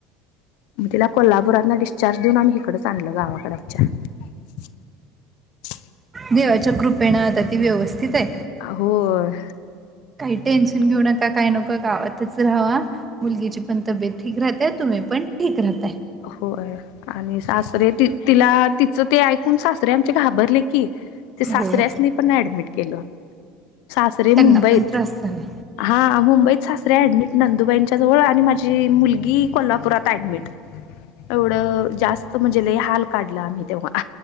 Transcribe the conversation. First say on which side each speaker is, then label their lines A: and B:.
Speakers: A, on the left; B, on the right.
A: मग तिला कोल्हापुरात ना डिस्चार्ज देऊन, आम्ही इकडच आणल गावाकडे आमच्या. <unintelligible>
B: देवाच्या कृपेणा आता ती व्यवस्थित आहे.
A: होर.
B: काही टेन्शन घेऊ नका काय नको गावातच राहावा मुलगीची पण तब्येत ठीक राहते तुम्ही पण ठीक राहता.
A: होय आणि सासरे तिला तिचं ते ऐकून सासरे आमचे घाबरले की ते सासऱ्यासनी
B: हो.
A: पण ऍडमिट केलं. सासरे
B: त्यांना
A: मुंबईत
B: पण त्रास झाला
A: हा मुंबईत सासरे ऍडमिट नंदुबाईच्या जवळ आणि माझी मुलगी कोल्हापुरात ऍडमिट. एवढं जास्त म्हणजे ल हाल काढला आम्ही तेव्हा